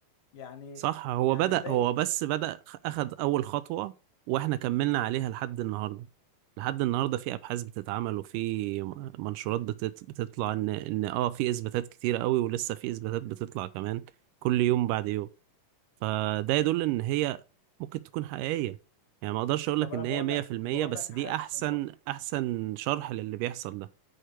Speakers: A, on the left; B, on the right.
A: يعني
B: صح هو
A: يعني
B: بدأ
A: دايما
B: هو بس بدأ خ- أخد أول خطوة وإحنا كملنا عليها لحد النهاردة لحد النهاردة في أبحاث بتتعمل وفي م- منشورات بتت... بتطلع إن إن آه في إثباتات كتيرة قوي ولسه في إثباتات بتطلع كمان كل يوم بعد يوم فده يدل ان هي ممكن تكون حقيقية يعني ما اقدرش اقول
A: طب
B: لك
A: أنا
B: ان
A: بقول
B: هي 100%
A: لك بقول
B: بس
A: لك حاجة
B: دي احسن
A: ب...
B: احسن شرح للي بيحصل ده